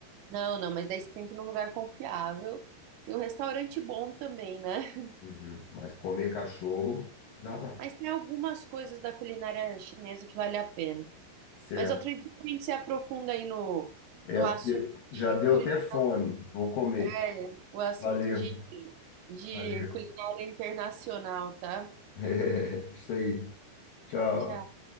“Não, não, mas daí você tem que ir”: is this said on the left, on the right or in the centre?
Right